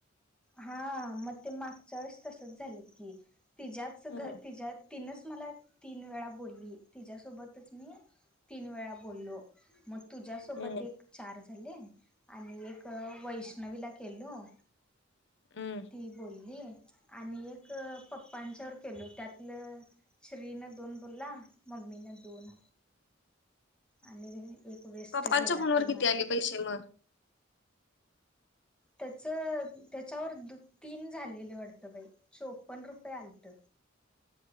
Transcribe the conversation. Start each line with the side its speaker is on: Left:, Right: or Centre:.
Centre: हा मग ते मागच्या वेळेस तसच झाल की. तिच्याच
Left: हम्म
Centre: घ तिच्या तिनच मला तीन वेळा बोलली. तिच्या सोबतच मी तीन वेळा बोललो. म तुझ्यासोबत
Left: हम्म
Centre: एक चार झाले. आणि एक वैष्णवीला केलो.
Left: हम्म
Centre: ती बोलली आणि एक पप्पांच्यावर केलो. त्यातल श्री न दोन बोलला. मम्मी न दोन. आणि एक वेस्ट
Left: पप्पाच्या
Centre: गेला
Left: फोनवर
Centre: ते
Left: किती
Centre: माझं
Left: आले पैसे मग.
Centre: त्याच त्याच्यावर द तीन झालेले वाटत बाई. चोपन्न रुपये आलत.